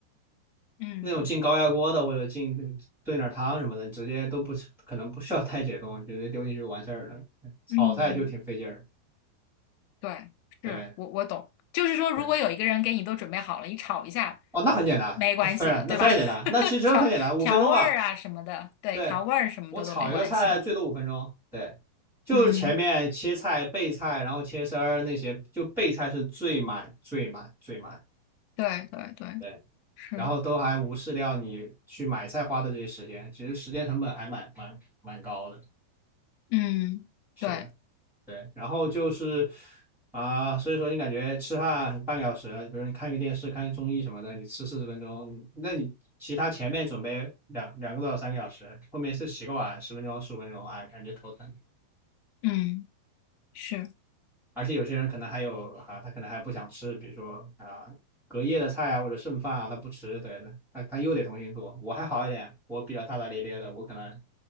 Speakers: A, on the left; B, in the centre.
A: 嗯
B: 那种进高压锅的或者进炖点汤什么的，直接都不可能不需要太解冻，直接丢进去就完事儿了。炒菜就挺费劲儿，
A: 嗯，对，
B: 对
A: 是我我懂，就是说，如果有一个人给你都准备好了，
B: 对，
A: 你炒一下
B: 哦，那很简单，
A: 没关系的，
B: 那非常那非常简单，
A: 对吧？
B: 那其实真的很简单，
A: <laughs> 调调味儿啊什么的，
B: 五分钟吧。
A: 对，
B: 对，
A: 调味儿什么的都没关系。
B: 我炒一个菜最多五分钟，对，就是前面切菜、
A: 嗯，
B: 备菜，然后切丝儿那些，就备菜是最慢、最慢、最慢。
A: 对对对，
B: 对。
A: 是，
B: 然后都还无视掉你去买菜花的这些时间，其实时间成本还蛮蛮蛮高的。
A: 嗯，
B: 是的。
A: 对，
B: 对，然后就是啊、所以说你感觉吃饭半个小时，比如你看个电视、看个综艺什么的，你吃四十分钟，那你其他前面准备两两个多小时、三个小时，后面是洗个碗十分钟、十五分钟，哎，感觉头疼。
A: 嗯，是。
B: 而且有些人可能还有啊，他可能还不想吃，比如说啊隔夜的菜啊或者剩饭啊，他不吃，对的，他他又得重新做。我还好一点，我比较大大咧咧的，我可能